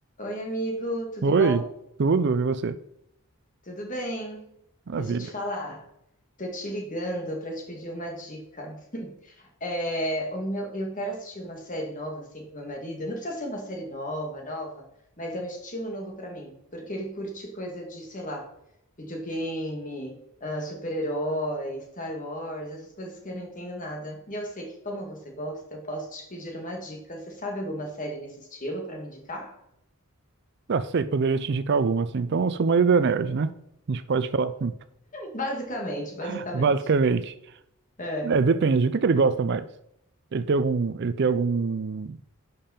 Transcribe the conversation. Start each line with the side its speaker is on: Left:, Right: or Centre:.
Left: Oi, amigo, tudo
Right: Oi,
Left: bom?
Right: tudo, e você?
Left: Tudo bem?
Right: Maravilha.
Left: Deixa eu te falar. Tô te ligando para te pedir uma dica. <laughs> É, o meu, eu quero assistir uma série nova assim com meu marido. Não precisa ser uma série nova, nova, mas é um estilo novo para mim, porque ele curte coisa de, sei lá, videogame, ah, super-herói, Star Wars, essas coisas que eu não entendo nada. E eu sei que como você gosta, eu posso te pedir uma dica. Você sabe alguma série nesse estilo para me indicar?
Right: Ah, sei, poderia te indicar alguma, assim. Então, eu sou meio do nerd, né? A gente pode falar assim,
Left: Basicamente, basicamente.
Right: <laughs> basicamente.
Left: É.
Right: É, depende, o que que ele gosta mais? Ele tem algum, ele tem algum,